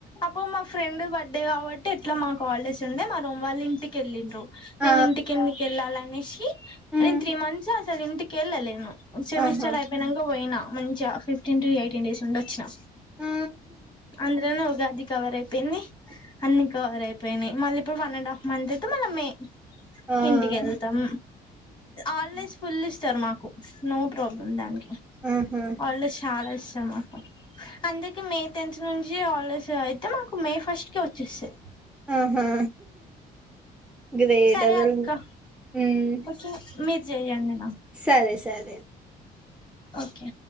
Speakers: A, on the left (about 25°); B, in the centre.
A: అప్పు మా ఫ్రెండ్ బర్త్డే కాబట్టి ఎట్లా మా కా హాలిడేస్ ఉండే మా రూమ్ వాళ్ళ ఇంటికి వెళ్ళండ్రు
B: ఆ
A: నేను ఇంటికి ఎల్లీ తాళం వేషి
B: హ్మ్.
A: త్రీ మంత్స్ అసలు ఇంటికి కెళ్ళలేేను సెమిస్టర్
B: ఆహా
A: అయిపోయినాక పోయినా మంచి ఫిఫ్టీన్ టు ఎయిటీన్ డేస్ ఉండి వచ్చినా
B: ఆ
A: అంద్ర నఉగాది కవర్ అయిపేంది అన్నికవరే పోయినాయి మళ్ళీ ఇప్పుడు వన్ అండ్ హాఫ్ మంత్ అయితే మళ్ళ మే
B: ఆ.
A: ఇంటికి వెళ్తాం ఆన్లైన్ ఫుల్ స్ట్ ఇస్తారు మాకు నో ప్రాబ్లమ్ దానికి
B: ఆహా
A: వాళ్ళ చాల మాకు అందుకే మే టెన్త్ నుంచి హాలీడేస్ అయితే మాకు మే ఫస్ట్ కి వచ్చేస్తంది
B: ఆహా గ్రేట్
A: సరే
B: అసలు
A: అక్క
B: హమ్
A: ఓకే మీరు చేయండి
B: సరే సరే
A: ఓకే